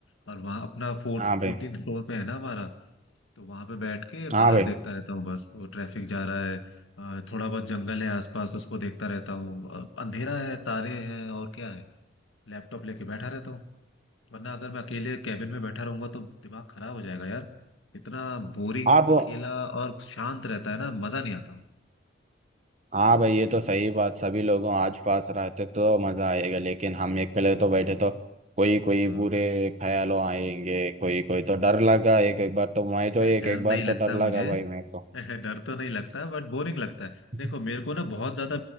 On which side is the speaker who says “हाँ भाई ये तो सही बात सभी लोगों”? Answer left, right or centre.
Right